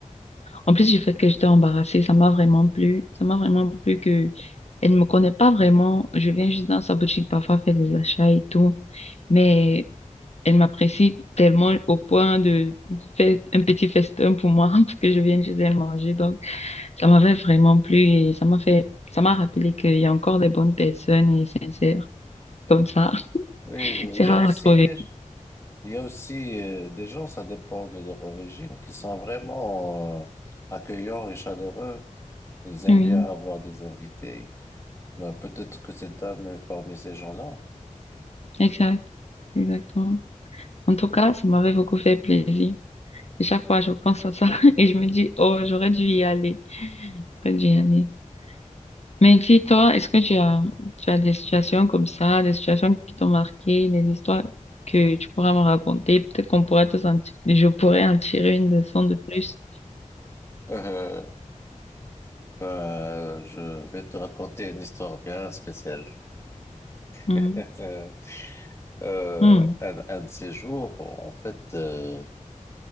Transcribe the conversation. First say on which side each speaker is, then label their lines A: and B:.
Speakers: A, on the left; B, on the left.
A: En plus du fait que j'étais embarrassée, ça m'a vraiment plu. Ça m'a vraiment plu que elle ne me connaît pas vraiment. Je viens juste dans sa boutique parfois faire des achats et tout. Mais elle m'apprécie tellement au point de faire un petit festin pour moi <laughs> pour que je vienne chez elle manger. Donc, ça m'avait vraiment plu et ça m'a fait, ça m'a rappelé qu'il y a encore des bonnes personnes et sincères comme ça. <laughs>
B: Oui, oui.
A: C'est
B: il y
A: rare
B: a aussi
A: à trouver.
B: des, il y a aussi euh, des gens, ça dépend de leur origine, qui sont vraiment euh, accueillants et chaleureux. Ils aiment
A: Oui,
B: bien avoir des invités. Ben, peut-être que cette dame est parmi ces gens-là.
A: exact. Exactement. En tout cas, ça m'avait beaucoup fait plaisir. Et chaque fois, je pense à ça <laughs> et je me dis, oh, j'aurais dû y aller. J'aurais dû y aller. Mais dis-toi, est-ce que tu as, tu as des situations comme ça, des situations qui t'ont marqué, des histoires que tu pourras me raconter? Peut-être qu'on pourrait tous en ti- je pourrais en tirer une leçon de plus.
B: Euh, <laughs> Euh, je vais te raconter une histoire bien spéciale.
A: Mhm.
B: <laughs> Euh,
A: Mhm.
B: un, un de ces jours, en fait, euh,